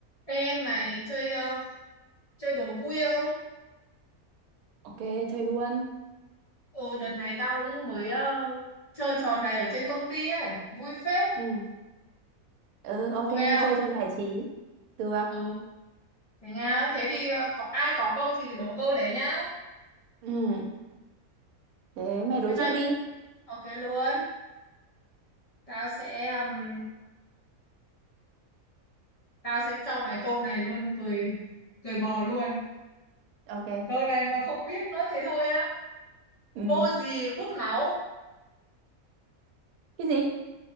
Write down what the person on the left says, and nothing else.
Ê mày chơi ờ, chơi đố vui không?
Ồ đợt này tao cũng mới ờ, chơi trò này ở trên công ty ấy, vui phết.
Ok không?
Ừ, thế nha. Thế thì ờ, có ai có câu gì thì đố câu đấy nhá.
Thế mày
ok luôn. Tao sẽ ừm, tao sẽ cho mày câu này luôn, cười cười bò luôn.
Câu này mà không biết nữa thì thôi á.
Cô gì hút máu?